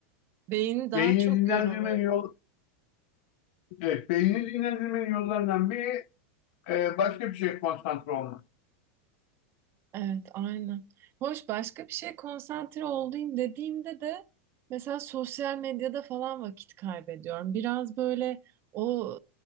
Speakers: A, on the right; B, on the left.
A: Beyni daha
B: Beynini
A: çok
B: dinlendirmenin
A: yoruluyor.
B: yol, evet, beynini dinlendirmenin yollarından biri e, başka bir şeye konsantre olmak.
A: Evet, aynen. Hoş başka bir şeye konsantre olayım dediğimde de mesela sosyal medyada falan vakit kaybediyorum. Biraz böyle o